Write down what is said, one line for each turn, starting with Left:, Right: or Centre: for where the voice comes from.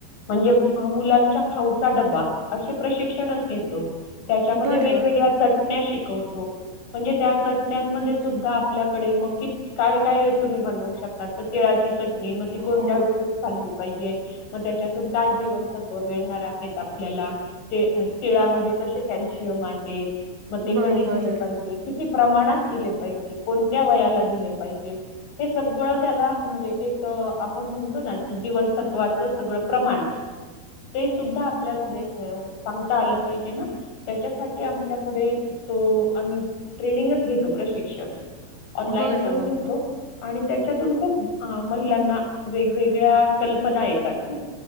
Left: म्हणजे मु मुलांच्या खाऊचा डबा असे प्रशिक्षणच घेतो. त्याच्यामध्ये
Right: बरं
Left: वेगवेगळ्या चटण्या शिकव- तो. म्हणजे त्या चटण्यामध्ये सुद्धा आपल्याकडे मग की काय काय तुम्ही बनवू शकता. तर तिळाची चटणी मग ती कोणत्या
Right: हो
Left: ऋतूत खाल्ली पाहिजे. मग त्याच्यातून काय जीवनसत्व मिळणार आहेत आपल्याला ते तिळामध्ये कसे कॅल्शियम आहेत. मग ते
Right: बरोबर
Left: कधी दिल पाहिजे, किती प्रमाणात दिले पाहिजे, कोणत्या वयाला दिले पाहीजे हे सगळं त्याला म्हणजे एक तर आपण म्हणतो ना की जीवनसत्वाचं सगळं प्रमाण ते सुद्धा आपल्याला सांगता आलं पाहिजे ना. त्याच्यासाठी आमच्याकडे तो आम्ही ट्रेनिंगच घेतो प्रशिक्षण ऑनलाइन
Right: बरं
Left: पण घेतो. आणि त्याच्यातून खूप महिलांना वेगवेगळ्या कल्पना येतात मग